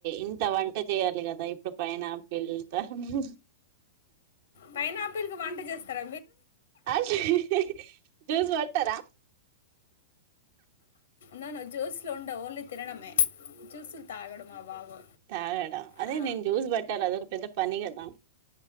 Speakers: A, on the right; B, on the left.
A: ఇంత వంట చేయాలి కదా, ఇప్పుడు పైనాపిల్ తో అన్ని.
B: పైనాపిల్ కి వంట జేస్తారా?
A: ఆ జ్యూస్ పట్టరా.
B: నన్ను జ్యూస్లో ఉండవు ఓన్లీ తినడమే, జూసుల్ తాగడు మా బాబు.
A: తాగాడా. అదే
B: ఆ,
A: నేన్ జ్యూస్ బట్టాలే అదోక పెద్ద పని గాదా.